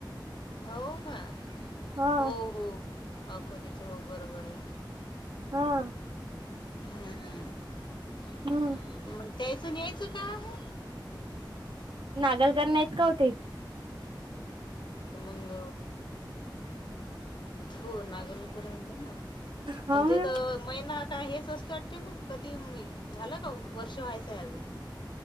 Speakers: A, on the left; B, on the right.
A: हो का?
B: हा
A: हो हो हो, अकोल्याचे हो बरोबर आहे.
B: हा
A: हम्म मं..
B: हम्म
A: द्यायचं न यायचं का आहे?
B: नागल करण्या इतकी होती.
A: मंग. हो नागल कयला ना
B: हो
A: पण ते
B: ना
A: तर महिना काय हेच असते वाटते ना, कधी मी झालं का वर्ष व्हायचंय अजून?